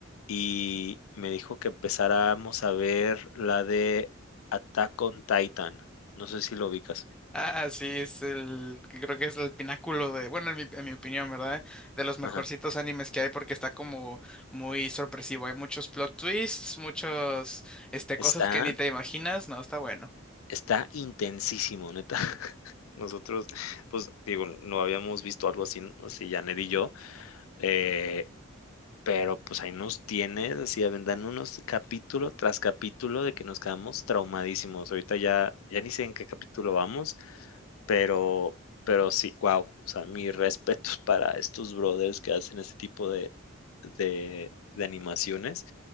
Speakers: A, on the left (about 90°); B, in the centre.
A: Y me dijo que empezáramos a ver la de Attack on Titan. No sé si lo ubicas.
B: Ah, sí, es el, creo que es el pináculo de, bueno, en mi, en mi opinión, ¿verdad? De los mejorcitos
A: Ajá.
B: animes que hay porque está como muy sorpresivo. Hay muchos plot twists, muchos, este, cosas
A: Está
B: que ni te imaginas. No, está bueno.
A: Está intensísimo, neta. <laughs> Nosotros, pues, digo, no habíamos visto algo así, así Janet y yo, eh, pero pues ahí nos tienes, así avendan unos capítulo tras capítulo de que nos quedamos traumadísimos. Ahorita ya, ya ni sé en qué capítulo vamos, pero, pero sí, wow. O sea, mis respetos <laughs> para estos brothers que hacen este tipo de, de, de animaciones.